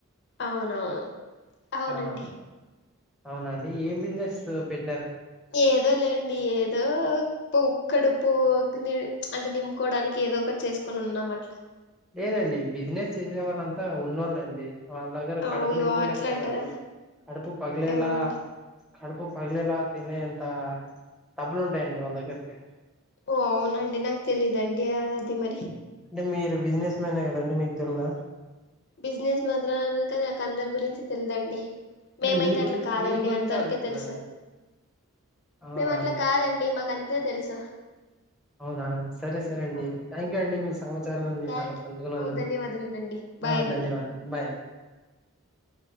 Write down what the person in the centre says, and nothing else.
ఆ అవునండి ఏం బిజినెస్ పెడ్
లేదండి బిజినెస్ చేసే వాళ్ళంతా ఉన్నోళ్ళండి. వాళ్ళ దగ్గర కడుపు
నింపుకునే
కాదండి
కడుపు పగిలేలా.
కడుపు పగిలేలా తినే అంత డబ్బులు ఉంటాయండి వాళ్ళ దగ్గరికి.
అంటే మీరు బిజినెస్ మ్యానే కదండి మీకు తెలిదా.
అంటే
నీ గురి
మీ గురించే
అడుగుతున్నా
అండి అవునా
అండి
అవునా సరే సరే అండి.
థ్యాంక్ యూ అండి మీస్ సమాచారం అండి
నాతో పంచుకున్నందుకు
ఆహ్
ధన్యవాదాలు బాయ్.